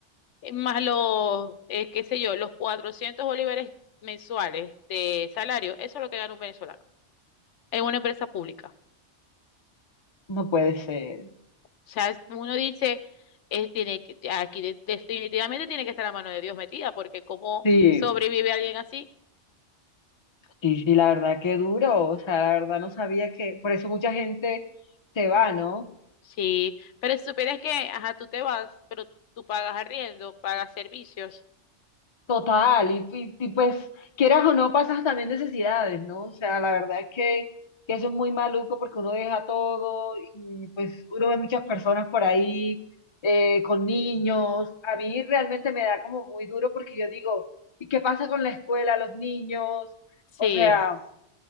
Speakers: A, on the left; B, on the left.
A: eh, más los, eh, qué sé yo, los 400 bolívares mensuales de salario, eso es lo que gana un venezolano en una empresa pública.
B: no puede ser.
A: O sea, uno dice, eh, tiene que- aquí de- definitivamente tiene que estar la mano de Dios metida, porque ¿cómo
B: Sí,
A: sobrevive alguien así?
B: sí, sí, la verdad que duro. O sea, la verdad no sabía que, por eso mucha gente se va, ¿no?
A: Sí, pero si supieras que, ajá, tú te vas, pero tú pagas arriendo, pagas servicios.
B: Total, y, y- y pues quieras o no, pasas también necesidades, ¿no? O sea, la verdad es que, que eso es muy maluco porque uno deja todo y pues uno ve muchas personas por ahí eh, con niños. A mí realmente me da como muy duro porque yo digo, ¿y qué pasa con la escuela, los niños?
A: Sí,
B: O sea...